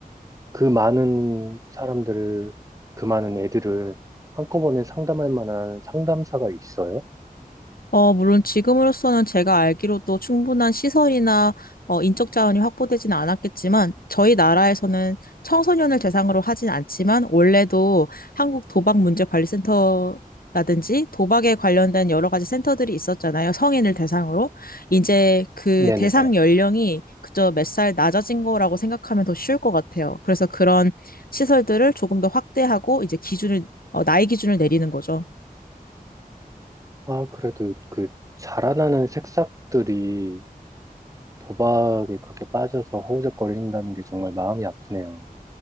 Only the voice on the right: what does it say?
그 많은 사람들을, 그 많은 애들을 한꺼번에 상담할 만한 상담사가 있어요?
네네.
아, 그래도 그 자라나는 새싹들이 도박에 그렇게 빠져서 허우적거린다는 게 정말 마음이 아프네요.